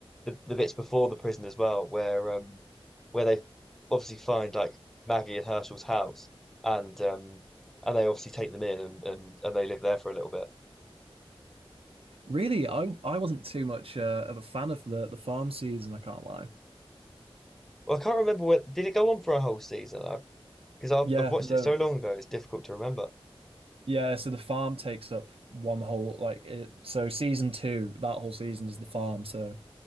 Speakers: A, in the centre; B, on the right.
A: the the bits before the prison as well, where um where they obviously find like Maggie and Herschel's house, and um and they obviously take them in and, and, and they live there for a little bit.
B: Really, I I wasn't too much uh, of a fan of the the farm season. I can't lie.
A: Well, I can't remember what did it go on for a whole season? Because I've,
B: Yeah,
A: I've watched
B: the
A: it so long ago, it's difficult to remember.
B: yeah. So the farm takes up one whole like it. So season two, that whole season is the farm. So